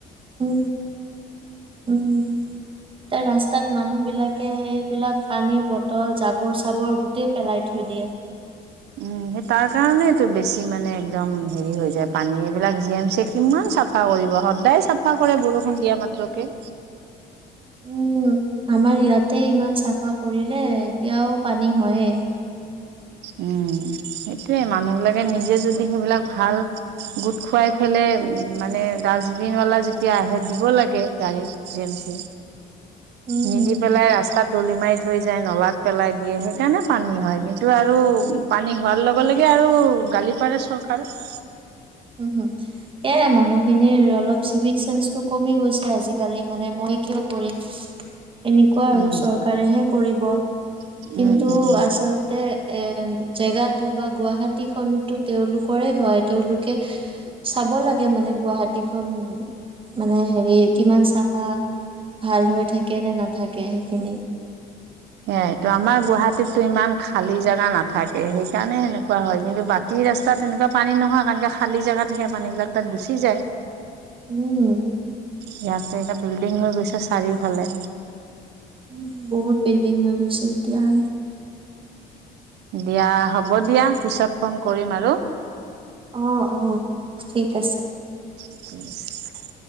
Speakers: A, on the right; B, on the right.
A: উ উম এয়া ৰাস্তাত মানুহবিলাকে সেইবিলাক পানীৰ বটল জাবৰ চাবৰ গোটেই পেলাই থৈ দিয়ে
B: উম সেই তাৰ কাৰণেইটো বেছি মানে একদম হেৰি হৈ যায় পানী এইবিলাক জি এম চি কিমান চাফা কৰিব সদায় চাফা কৰে বৰষুণ দিয়া মাত্ৰকে
A: উম আমাৰ ইয়াতে ইমান চাফা কৰিলে এতিয়াও পানী হয়
B: উম সেইটোয়ে মানুহ বিলাকে নিজে যদি সেইবিলাক ভাল গোট খুৱাই পেলে মানে ডাষ্টবিন বালা যেতিয়া আহে দিব লাগে গাড়ীত জিম চি
A: উম।
B: নিদি পেলাই ৰাস্তাত দলি মাৰি থৈ যায় নলাত পেলাই দিয়ে সেইকাৰণে পানী হয় কিন্তু আৰু পানী হোৱাৰ লগে লগে আৰু গালি পাৰে চৰকাৰক
A: উম হু এ মানুহখিনিৰ অলপ চিভিক চেঞ্চটো কমি গৈছে আজিকালি মানে মই কিয় কৰিম এনেকুৱা
B: উম
A: আৰু চৰকাৰেহে কৰিব
B: উম
A: কিন্তু
B: উম
A: আচলতে এ জেগাটো বা গুৱাহাটী খনটো তেওঁলোকৰে হয় তেওঁলোকে চাব লাগে মানে গুৱাহাটীখন মানে হেৰি কিমান চাফা ভাল হৈ থাকে নে নাথাকে সেইখিনি
B: সেয়াইতো আমাৰ গুৱাহাটীততো ইমান খালী জেগা নাথাকে সেইকাৰণে সেনেকুৱা হয় কিন্তু বাকী ৰাস্তাত তেনেকুৱা পানী নহয় কাৰণে খালী জেগা থাকে পানী বিলাক তাত গুচি যায়
A: উম
B: ইয়াতে এটা বিল্ডিং হৈ গৈছে চাৰিওফালে
A: উ বহুত বিল্ডিং হৈ গৈছে এতিয়া আৰু
B: দিয়া হ'ব দিয়া পিছত ফোন কৰিম আৰু
A: অ অ ঠিক আছে
B: <unintelligible>